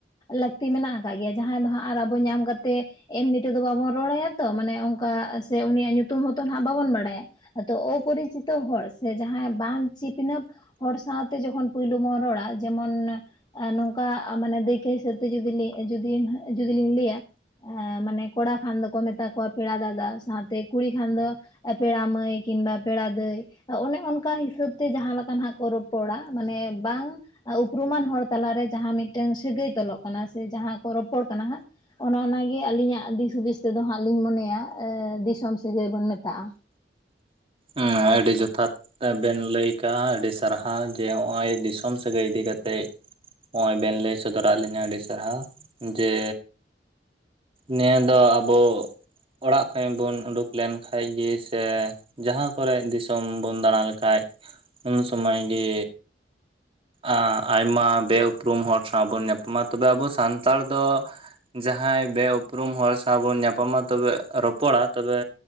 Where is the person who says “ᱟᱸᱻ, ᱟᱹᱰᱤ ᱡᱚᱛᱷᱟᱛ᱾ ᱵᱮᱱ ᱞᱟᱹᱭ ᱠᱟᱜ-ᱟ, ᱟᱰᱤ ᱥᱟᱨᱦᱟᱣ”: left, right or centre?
Right